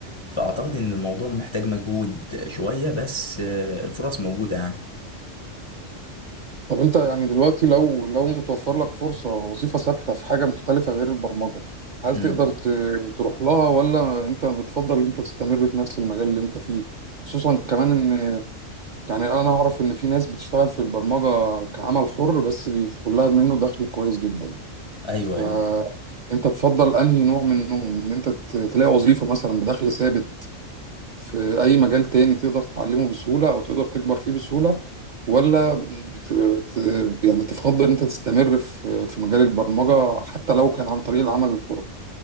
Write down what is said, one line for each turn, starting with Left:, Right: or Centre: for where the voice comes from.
Left: فأعتقد إن الموضوع محتاج مجهود شوية بس آه، الفرص موجودة يعني
Right: طب انت يعني دلوقتي لو لو متوفر لك فرصة وظيفة ثابتة في حاجة مختلفة غير البرمجة هل
Left: امم
Right: تقدر ت- تروح لها ولا انت بتفضل ان انت تستمر في نفس المجال اللي انت فيه خصوصا كمان ان يعني انا اعرف ان في ناس بتشتغل في البرمجة كعمل حر بس بيدخل لها منه دخل كويس جدا
Left: ايوه
Right: فانت
Left: ايوه
Right: تفضل انهي نوع منهم ان انت ت- تلاقي وظيفة مثلا بدخل ثابت في أي مجال تاني تقدر تتعلمه بسهولة أو تقدر تكبر فيه بسهولة ولا بت... بت... يعني تفضل إن أنت تستمر في في مجال البرمجة حتى لو كان عن طريق العمل الحر